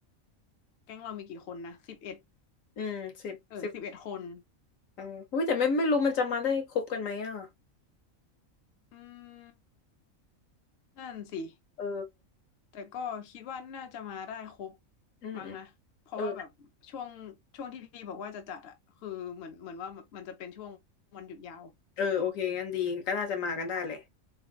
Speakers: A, on the left (about 55°); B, on the left (about 75°).
A: แก๊งเรามีกี่คนนะสิบเอ็ด
B: อืมสิบสิบ
A: เออสิบเอ็ดคน
B: เอออุ้ยแต่ไม่ไม่รู้มันจะมาได้ครบกันไหมอ่ะ
A: อืมนั่นสิ
B: เออ
A: แต่ก็คิดว่าน่าจะมาได้ครบ
B: อืมอืม
A: มั้งนะเพราะว่าแบบช่วงช่วงที่พี่บอกว่าจะจัดอะคือเหมือนเหมือนว่ามันจะเป็นช่วงวันหยุดยาว
B: เออเออโอเคงั้นดีก็น่าจะมากันได้เลย